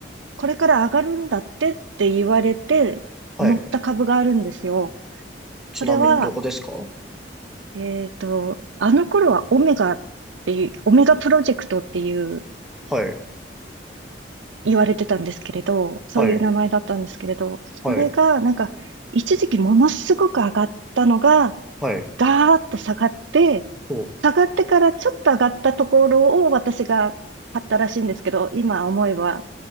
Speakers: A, on the right; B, in the centre.
A: これから上がるんだってって言われて、
B: はい。
A: 乗った株があるんですよ。
B: ちなみにどこですかは
A: それは、えっと、あの頃はオメガっていう、オメガプロジェクトっていう、
B: い、
A: 言われてたんですけれど、そういう名前だったんですけれど、
B: はい、はい、
A: それが、なんか、一時期ものすごく上がったのが、
B: はい、
A: ガーッと下がって、
B: お、
A: 下がってからちょっと上がったところを私が買ったらしいんですけど、今思えば、